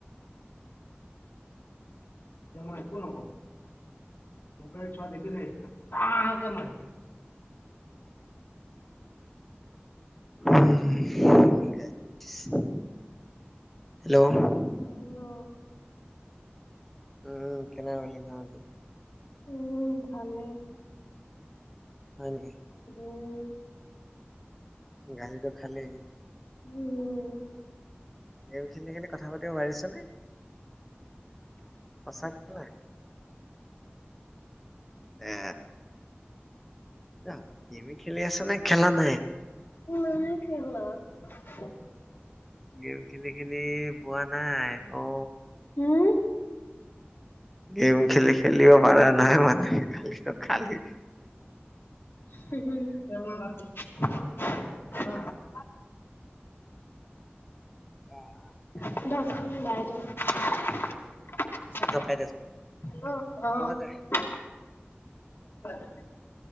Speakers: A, on the left; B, in the centre.
A: এতিয়া মই একো নকওঁ। মোবাইল চোৱা দেখিলেই ফাটাৰকে মাৰিম।
B: <unintelligible> Hello um,
A: hello!
B: <unintelligible>
A: মোৰ ভালে।
B: হয় নিকি।
A: উ।
B: গালিটো খালি?
A: উ।
B: গ উঠিলি মেলি কথা পাতিব পাৰিছনে? সঁচাকে নাই? এ গম খেলি আছ' নে খেলা নাই?
A: নাই খেলা। <inaudible>
B: গেম খেলি খেলি বোৱা নাই অ'।
A: উম।
B: গেম খেলি খেলিব পাৰা নাই মানে গালি খালি।
A: <inaudible> <inaudible>
B: এ অ'।
A: <unintelligible> হেল্ল'
B: জপাই দে হ'ব
A: অহ।
B: দে